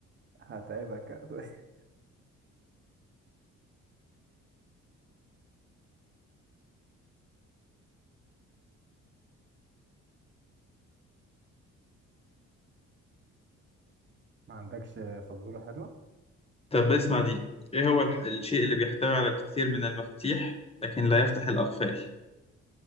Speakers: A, on the right; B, on the left.
A: هتعبك <laughs> ما عندكش فزورة حلوة
B: طب اسمع دي إيه هو الح- الشيء اللي بيحتوي على الكثير من المفاتيح لكن لا يفتح الأقفال